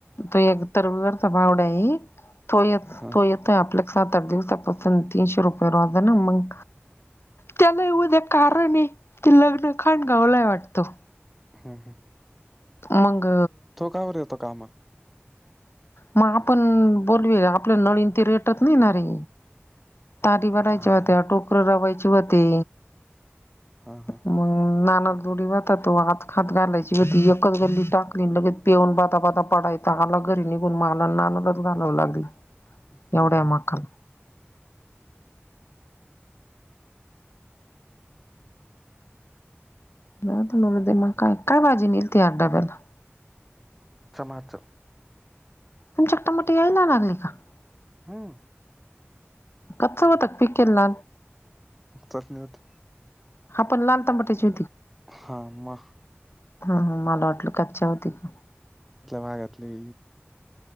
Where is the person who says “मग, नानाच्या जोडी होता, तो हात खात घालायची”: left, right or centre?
Left